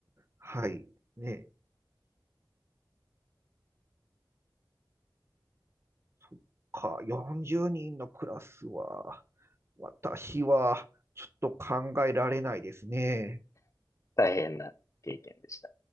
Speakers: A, on the right; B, on the left.
A: はい。ね。そっか、40人のクラスは、私は、ちょっと考えられないですね。
B: 大変な経験でした。